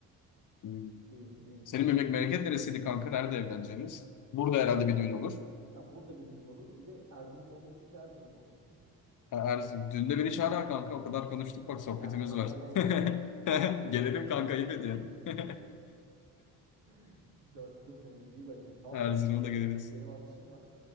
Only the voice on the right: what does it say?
düğün, müğün
derken.
Ya burada bir düğün olur. Bir de Erzurumlu olduğum için bir de Erzurum'da olacak büyük ihtimal.
E, Erzurum'a kadar
geleceğim
mi?
<laughs> Dostum benim. iyi bakayım. Tamam
kanka. Şimdi benim
benim az işim var.